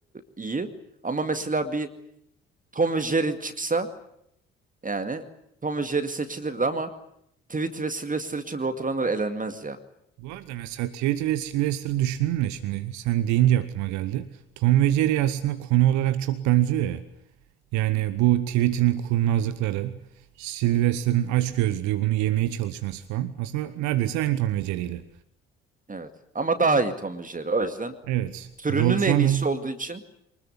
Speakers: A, on the right; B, on the right.
A: iyi. Ama mesela bir Tom ve Jerry çıksa yani Tom ve Jerry seçilirdi ama Tweety ve Sylvester için Roadrunner elenmez ya.
B: Bu arada mesela Tweety ve Sylvester'ı düşündüm de şimdi sen deyince aklıma geldi. Tom ve Jerry aslında konu olarak çok benziyor ya. Yani bu tweet'in kurnazlıkları, Sylvester'ın açgözlüğü bunu yemeye çalışması falan. Aslında neredeyse aynı Tom ve Jerry'yle.
A: Evet. Ama daha iyi Tom ve Jerry. O yüzden
B: Evet.
A: türünün
B: Roadrunner
A: en iyisi olduğu için